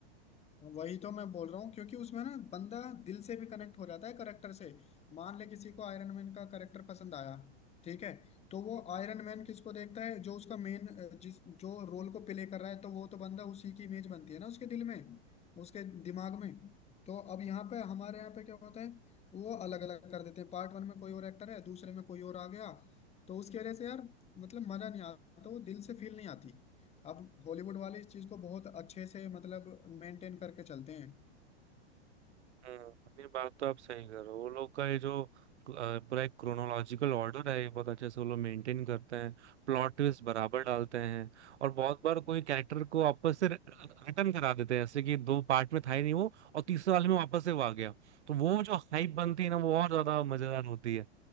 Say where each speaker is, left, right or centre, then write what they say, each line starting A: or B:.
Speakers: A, on the left (about 20°); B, on the right (about 80°).
A: वही तो मैं बोल रहा हूँ क्योंकि उसमें ना बंदा दिल से भी कनेक्ट हो जाता है करेक्टर से मान ले किसी को आयरन मैन का करेक्टर पसंद आया ठीक है तो वो आयरन मैन किसको देखता है जो उसका मेन जिस जो रोल को प्ले कर रहा है तो वो तो बंदा उसी की इमेज बनती है ना उसके दिल में उसके दिमाग में तो अब यहाँ पे हमारे यहाँ पे क्या होता है वो अलग अलग कर देते हैं पार्ट वन में कोई और एक्टर है दूसरे में कोई और आ गया तो उसकी वजह से यार मतलब मजा नहीं आता तो वो दिल से फील नहीं आती अब हॉलीवुड वाले इस चीज को बहुत अच्छे से मतलब मेंटेन करके चलते हैं
B: हम्म, ये बात तो आप सही कर रहे हो वो लोग का ये जो अ, पूरा एक क्रोनोलॉजिकल ऑर्डर है ये बहुत अच्छे से वो लोग मेंटेन करते हैं प्लॉट ट्विस्ट बराबर डालते हैं और बहुत बार कोई कैरेक्टर को वापस से रिटर्न करा देते हैं जैसे कि दो पार्ट में था ही नहीं वो और तीसरे वाले में वापस से वो आ गया तो वो जो हाइप बनती है ना वो और ज्यादा मजेदार होती है